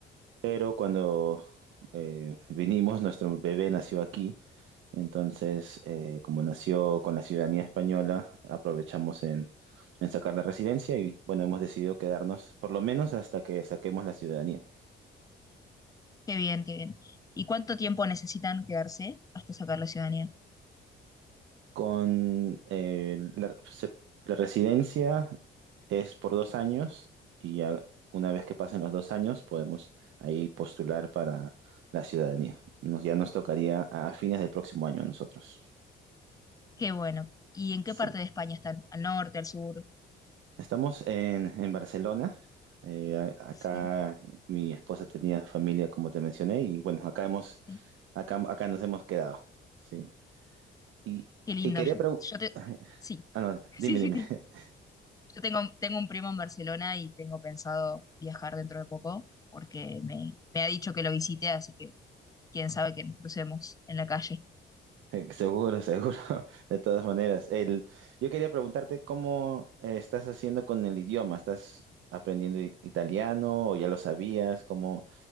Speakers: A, on the right; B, on the left.
A: Pero cuando eh, vinimos, nuestro bebé nació aquí Entonces, eh, como nació con la ciudadanía española, aprovechamos en, en sacar la residencia y bueno, hemos decidido quedarnos por lo menos hasta que saquemos la ciudadanía.
B: qué bien, qué bien. ¿Y cuánto tiempo necesitan quedarse hasta sacar la ciudadanía?
A: Con eh, la, se- la residencia es por dos años y ya una vez que pasen los dos años podemos ahí postular para la ciudadanía. Nos, ya nos tocaría a fines del próximo año a nosotros.
B: Qué bueno. ¿Y en
A: Sí.
B: qué parte de España están? ¿Al norte, al sur?
A: Estamos en, en Barcelona. Eh, a-
B: Sí,
A: acá mi esposa tenía familia, como te mencioné, y bueno, acá hemos,
B: sí.
A: acá, acá nos hemos quedado. Sí. Y,
B: Qué lindo.
A: y quería preguntar.
B: Yo te...
A: <laughs>
B: Sí,
A: Ah, no,
B: <laughs>
A: dime,
B: sí, sí,
A: dime.
B: sí.
A: <laughs>
B: Yo tengo, tengo un primo en Barcelona y tengo pensado viajar dentro de poco porque me, me ha dicho que lo visite, así que quién sabe que nos crucemos en la calle.
A: Seguro, seguro. De todas maneras, el, yo quería preguntarte cómo eh, estás haciendo con el idioma. ¿Estás aprendiendo i- italiano o ya lo sabías? ¿Cómo,